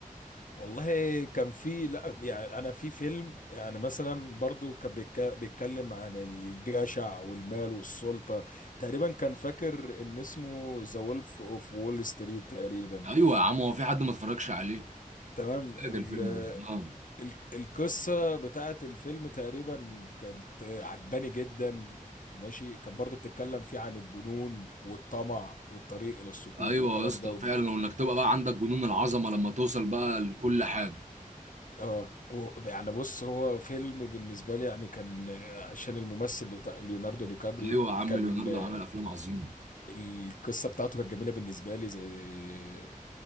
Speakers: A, on the left; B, on the right.
A: والله كان في لا يعني انا في فيلم يعني مثلا برضو كان بيتك- بيتكلم عن الجشع والمال والسلطه تقريبا كان فاكر ان اسمه ذا وولف اوف وول ستريت تقريبا
B: ايوه يا عم هو في حد ما اتفرجش عليه
A: تمام
B: فاجئ
A: ال-
B: الفيلم ده اه
A: القصة بتاعت الفيلم تقريبا كانت عجباني جدا ماشي كانت برضه بتتكلم فيه عن الجنون والطمع والطريق إلى السكوت
B: ايوه
A: والكلام
B: يا اسطى
A: ده و...
B: فعلا وانك تبقى بقى عندك جنون العظمه لما توصل بقى لكل حاجه
A: اه و... يعني بص هو فيلم بالنسبة لي يعني كان آه، عشان الممثل بتاع ليوناردو دي كابريو
B: ايوه يا عم
A: كان
B: ليوناردو
A: آه،
B: عمل افلام عظيمه
A: القصة بتاعته كانت جميلة بالنسبة لي زي